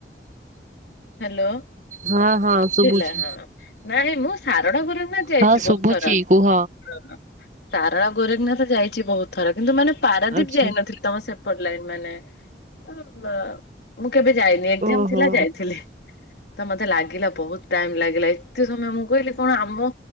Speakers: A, on the left; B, on the right.
A: ହାଲୋ।
B: ହଁ ହଁ ଶୁଭୁଛି
A: ଭିଲା ହଁ ନାଇଁ ମୁଁ ସାରଳା ଗୋରେଖନାଥ ଯାଇଚି
B: ହଁ ଶୁଭୁଛି
A: ବହୁତ୍ ଥର
B: କୁହ
A: ହଁ। ସାରଳା ଗୋରେଖନାଥ ଯାଇଚି ବହୁତ୍ ଥର କିନ୍ତୁ ମାନେ ପାରାଦ୍ଵୀପ
B: ଆଚ୍ଛା
A: ଯାଇନଥିଲି। ତମ ସେପଟେ ଲାଇନ୍ ମାନେ ଅଁ ମୁଁ କେବେ ଯାଇନି ଏକଜାମ୍
B: ଓହୋ
A: ଥିଲା ଯାଇଥିଲି। ତ ମତେ ଲାଗିଲା ବହୁତ ଟାଇମ ଲାଗିଲା ଏତେ ସମୟ ମୁଁ କହିଲି କଣ ଆମ